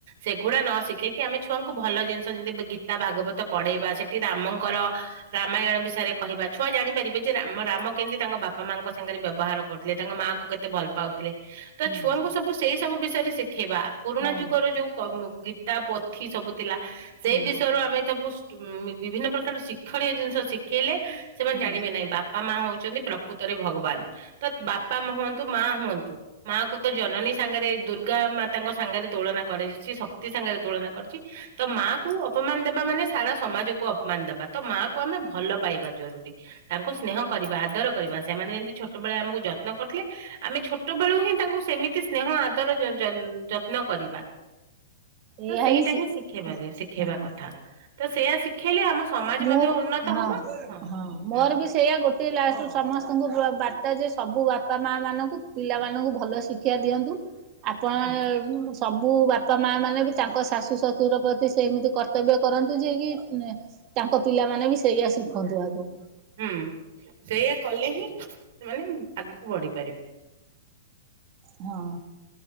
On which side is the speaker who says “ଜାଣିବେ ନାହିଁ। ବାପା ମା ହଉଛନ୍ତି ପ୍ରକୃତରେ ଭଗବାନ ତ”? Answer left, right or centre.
Right